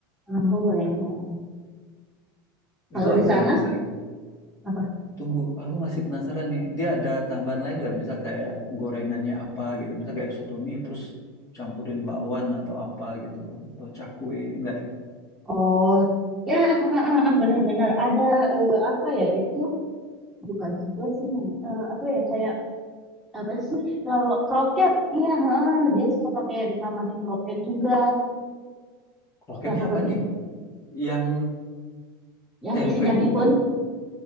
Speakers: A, in the centre; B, on the left.
A: orang Bogor yang
B: oke.
A: jual. Kalau
B: Itu ada
A: di sana
B: misalnya.
A: apa?
B: Tunggu, aku masih penasaran nih. Dia ada tambahan lain nggak? Misal kayak gorengannya apa gitu. Misal kayak soto mie terus campurin bakwan atau apa gitu. Atau cakwe. Enggak ya?
A: Oh, ya heeh, heeh, benar-benar ada eh, apa ya itu bukan soto sih namanya. Eh, apa ya kayak apa sih kalau kroket iya heeh, dia suka pakai ditambahin kroket juga
B: Kroketnya
A: ya aku
B: apa
A: baru
B: nih?
A: ingat
B: Yang
A: yang
B: tempe,
A: isinya
B: bukan?
A: bihun